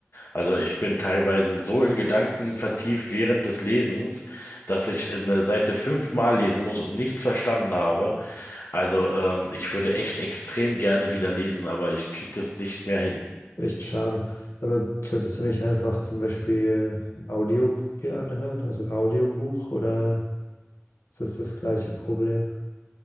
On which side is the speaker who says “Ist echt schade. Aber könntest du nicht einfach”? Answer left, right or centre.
Left